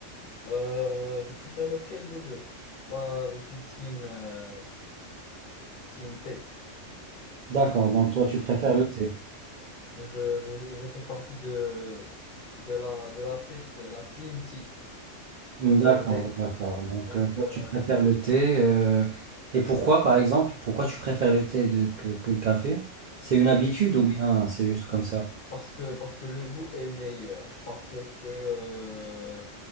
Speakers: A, on the left; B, on the right.
A: euh, je préfère lequel des deux? Bah, je suis team, euh, team
B: D'accord, donc toi, tu préfères
A: T-
B: le thé.
A: Je, je, je fais partie de, de la, de la TT, la Team T,
B: Mmh,
A: la TT.
B: D'accord, d'accord. Donc,
A: Donc,
B: euh, toi,
A: euh,
B: tu préfères le thé. euh, et pourquoi, par exemple, pourquoi tu préfères le thé de- que, que le café? C'est une habitude ou bien c'est juste comme ça?
A: parce que, parce que le goût est meilleur, parce que, euh,